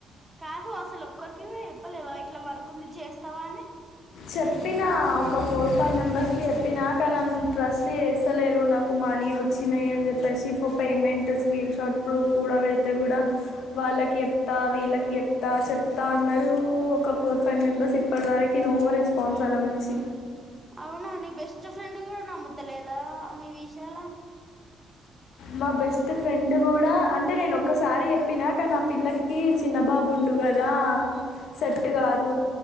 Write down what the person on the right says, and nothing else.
కాదు అసలు ఒక్కరికి చెప్పలేవా ఇట్లా వర్క్ ఉంది చేస్తావా అని
అవునా నీ బెస్ట్ ఒక ఫ్రెండ్ కూడా నమ్ముతలేదు. దామి వి చాలా